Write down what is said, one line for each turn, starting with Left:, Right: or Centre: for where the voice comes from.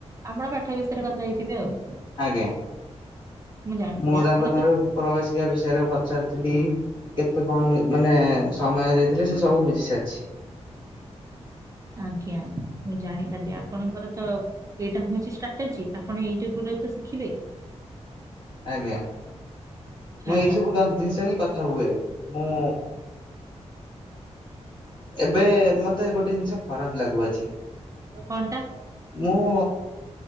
Right: ଆପଣ ପାଠ ବିଷୟରେ କଥା ହେଇଥିବେ ଆଉ।
Left: ଆଜ୍ଞା
Right: ଜାଣିଥିଲି
Left: ମୁଁ ତାଙ୍କ
Right: ଆପଣ ତ
Left: ଠାରୁ ପ୍ରବେଶିକା ବିଷୟରେ ପଚାରୁଥିଲି। କେତେ କଣ ମାନେ ସମୟ ଦେଇଥିଲେ ସେ ସବୁ ବୁଝି ସାରିଛି।
Right: ଆଜ୍ଞା ମୁଁ ଜାଣିପାରିଲି ଆପଣଙ୍କର ତ ଏଇଟା ହଉଛି ଷ୍ଟ୍ରାଟାଜି, ଆପଣ ଏଇଟା ଗୁଡା ତ ଶିଖିବେ।
Left: ଆଜ୍ଞା, ମୁଁ
Right: ଆଜ୍ଞା
Left: ଏଇ ସବୁ ଜିନିଷ ହିଁ କଥା ହୁଏ, ମୁଁ ଏବେ ମତେ ଗୋଟେ ଜିନିଷ ଖରାପ ଲାଗୁଅଛି।
Right: କଣଟା?
Left: ମୁଁ